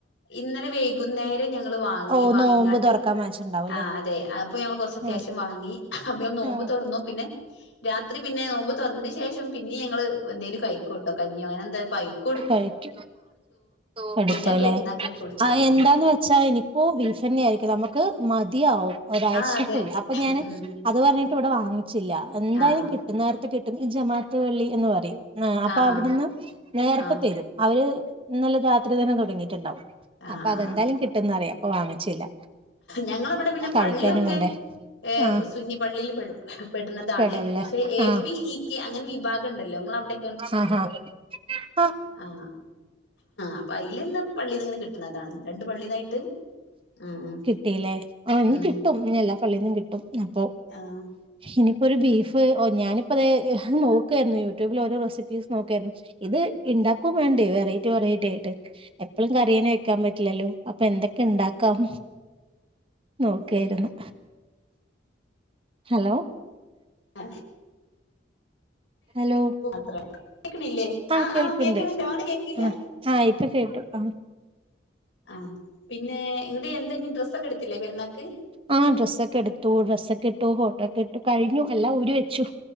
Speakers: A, on the left; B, on the right.
A: ഇന്നലെ വൈകുന്നേരം ഞങ്ങ വാങ്ങി
B: ഓ
A: വാങ്ങീങ്ങാട്
B: നോമ്പ് തുറക്കാൻ വാങ്ങിച്ചിട്ടുണ്ടാവുംല്ലേ
A: അഹ അതെ അപ്പ ഞങ്ങള് കുറച്ച് അത്യാവശ്യം
B: ഉം
A: വാങ്ങി അദ്യം നോമ്പ്
B: ഉം
A: തുറന്നു പിന്നെ രാത്രി പിന്നെ നോമ്പ് തുറന്നതിന് ശേഷം പിന്നീ ഞങ്ങള് എന്തേലും കഴിക്കൊള്ളൂ ആട്ടോ കഞ്ഞി അങ്ങനെ എന്തോ <unintelligible>
B: <unintelligible> കൊടുത്തുലെ
A: പിന്നെ പെരുന്നാക്കൊക്കെ കൊടുത്തു
B: ആഹ
A: ഉം
B: എന്താന്ന് വെച്ച എനിക് ഓഹ ബീഫന്നെ ആയിരിക്കും നമുക്ക് മതിയാവും ഒരാഴ്ചക്കുള്ള
A: ആഹ് അതെ
B: അപ്പൊ ഞാന്
A: ഉം
B: അത് പറഞ്ഞിട്ട് ഇവിടെ വാങ്ങിച്ചില്ല എന്തായാലും
A: ആഹ്
B: കിട്ടുന്ന നേരത്തെ കിട്ടും ഈ ജമാത്ത് പള്ളി എന്ന് പറയും ആഹ അപ്പൊ
A: ആഹ്
B: അവിടുന്ന്
A: ആഹ്
B: നേരത്തെ
A: ആഹ്
B: തരും അവര് ഇന്നലെ രാത്രി തന്നെ തുടങ്ങിട്ടുണ്ടാവും
A: ആഹ്
B: അപ്പൊ
A: ആഹ്
B: അതെന്തായാലും കിട്ടുന്നറിയാം അപ്പൊ വാങ്ങിച്ചില്ല
A: ഞങ്ങളവിടെ പിന്നെ
B: കഴിക്കാനും
A: പള്ളിയൊക്കെ
B: വേണ്ടേ
A: ഏഹ്
B: ആഹ്
A: സുന്നിപ്പള്ളിയിൽ പെടുന്നതാണ്
B: പെടല്ലേ
A: പക്ഷെ എ
B: ആഹ്
A: പി ഇ കെ അങ്ങനെ വിഭാഗം ഉണ്ടല്ലോ നിങ്ങൾ അവിടെ
B: ആഹ അഹ
A: ആഹ അപ്പൊ അയിന്നു ഇന്ന് പള്ളിന്ന് ഇങ്ങനെ കിട്ടുന്നതാണ് രണ്ട് പള്ളീന്നായിട്ട് ഉം ഉം.
B: കിട്ടീല്ലേ? ആഹ് ഇനി
A: ഉം
B: കിട്ടും ഇനി എല്ലാ പള്ളിന്നും കിട്ടും അപ്പൊ
A: ആഹ്
B: ഇനിയിപ്പോ ഒരു ബീഫ് ഓ ഞാനിപ്പോ അത് നോക്കുവായിരുന്നു യൂട്യൂബില് ഓരോ റെസിപ്പീസ് നോക്കായിരുന്നു. ഇത് ഇണ്ടാക്കും വേണ്ടേ വെറൈറ്റി വെറൈറ്റി ആയിട്ട് എപ്പഴും കറിയന്നേ വെക്കാൻ പറ്റില്ലല്ലോ. അപ്പൊ എന്തൊക്കെ ണ്ടാക്കാം നോക്കായിരുന്നു. ഹലോ.
A: അ
B: ഹലോ
A: മാത്രേ കേക്കണില്ലേ
B: ആഹ് കേൾക്ക്ണ്ട്
A: കേക്കണുണ്ടോ അങ്ങട് കേക്കില്ല
B: ആഹ് ആഹ് ഇപ്പൊ കേട്ടു ആഹ്. <inaudible>
A: ആഹ് പിന്നെ <unintelligible> എന്തെങ്കി ഡ്രസ്സൊക്കെ എടുത്തില്ലേ പെരുന്നാക്ക്?
B: ആഹ് ഡ്രസ്സൊക്കെ എടുത്തു ഡ്രസ്സൊക്കെ ഇട്ടു ഫോട്ടോക്കെ ഇട്ടു കഴിഞ്ഞു എല്ലാം ഊരി വെച്ചു